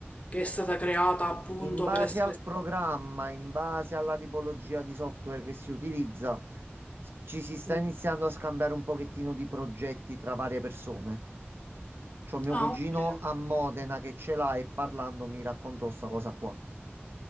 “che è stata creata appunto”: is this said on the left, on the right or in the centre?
Left